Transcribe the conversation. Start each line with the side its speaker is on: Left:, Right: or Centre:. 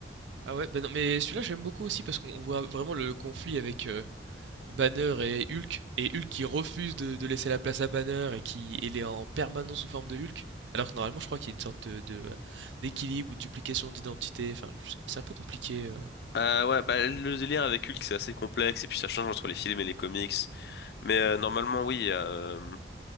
Right: Ah ouais, ben non, mais celui-là, j'aime beaucoup aussi parce qu'on voit vraiment le conflit avec. euh, Banner et Hulk, et Hulk qui refuse de, de laisser la place à Banner et qui il est en permanence sous forme de Hulk. Alors que normalement, je crois qu'il y a une sorte de, de, euh, d'équilibre ou de duplication d'identité. Enfin, je- c'est un peu compliqué. euh.
Left: Euh, ouais, bah, le délire avec Hulk, c'est assez complexe, et puis ça change entre les films et les comics. Mais euh, normalement, oui. Il y a euh,